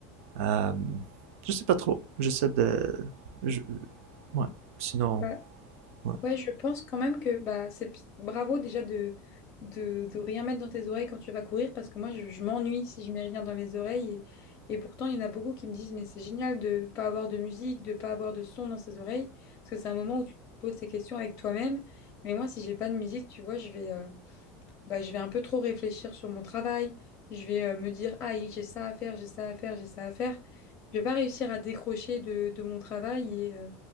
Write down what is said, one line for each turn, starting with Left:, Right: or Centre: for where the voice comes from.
Right: Euh, je sais pas trop. J'essaie de. je- Ouais. Sinon,
Left: bah
Right: ouais.
Left: Ouais, je pense quand même que bah, c'est bravo déjà de, de, de rien mettre dans tes oreilles quand tu vas courir parce que moi je, je m'ennuie si je mets rien dans mes oreilles et, et pourtant il y en a beaucoup qui me disent mais c'est génial de pas avoir de musique, de pas avoir de son dans ses oreilles parce que c'est un moment où tu te poses ces questions avec toi-même mais moi si j'ai pas de musique tu vois je vais, euh, bah, je vais un peu trop réfléchir sur mon travail, je vais euh, me dire ah j'ai ça à faire, j'ai ça à faire, j'ai ça à faire, je vais pas réussir à décrocher de, de mon travail